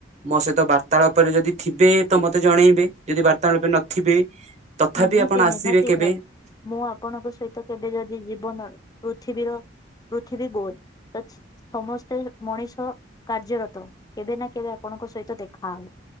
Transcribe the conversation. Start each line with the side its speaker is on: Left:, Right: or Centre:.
Right: ମୋ ସହିତ ବାର୍ତ୍ତାଳ ଉପରେ ଯଦି ଥିବେ ତ ମତେ ଜଣେଇବେ ଯଦି ବାର୍ତାଳ ଉପରେ ନଥିବେ ତଥାପି
Left: ନିହାତି
Right: ଆପଣ
Left: ନିହାତି
Right: ଆସିବେ। କେବେ
Left: ଭାଇ ମୁଁ ଆପଣଙ୍କ ସହିତ କେବେ ଯଦି ଜୀବନ ପୃଥିବୀର ପୃଥିବୀ ଗୋଲ ତ ସମସ୍ତେ ମଣିଷ କାର୍ଯ୍ୟରତ କେବେ ନା କେବେ ଆପଣ ଣଙ୍କ ସହିତ ଦେଖା ହବ।